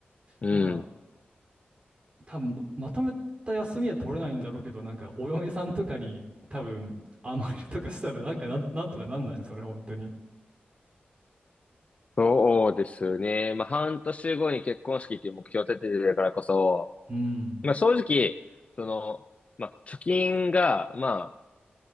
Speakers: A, on the left (about 35°); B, on the right (about 35°).
A: うん。
B: なんか、多分まとめた休みは取れないんだろうけど、なんか、お嫁さんとかに、多分甘えるとかしたら、なんかなん、なんとかなんないそれ、本当に。
A: そうですね。まあ、半年後に結婚式っていう目標を立ててるからこそ、
B: うん、
A: まあ、正直、その、まあ、貯金が、まあ、